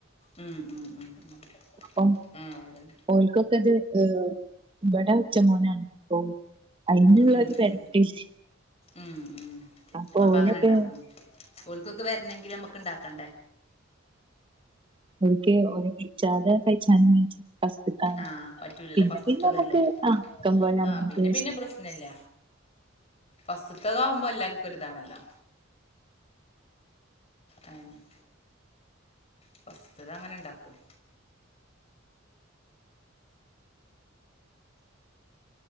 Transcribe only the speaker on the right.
അപ്പം
ഓൽക്കൊക്കെത് ഹ് ഇവടെവെച് റ്റമോനാണ്പ്പോ അയ്ന്ള്ളൊര്
പെനഫിഷ്
അപ്പൊ ഓലക്ക്
ഓൽക്ക് ഓലെ വിളിച്ചാതെ കഴിച്ചാനും ഫസ്റ്റ്ത്താവുമ്പോ
പിന്നെ
പിന്നെ നമുക്ക് ആഹ് ആക്കം പോലെ നമ്മക്ക്